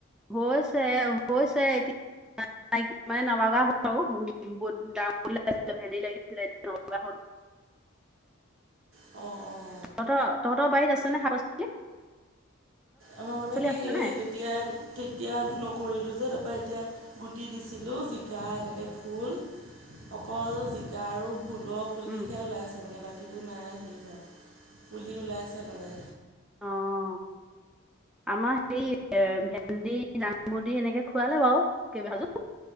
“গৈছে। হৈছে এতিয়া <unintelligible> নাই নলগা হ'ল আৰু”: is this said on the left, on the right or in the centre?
Centre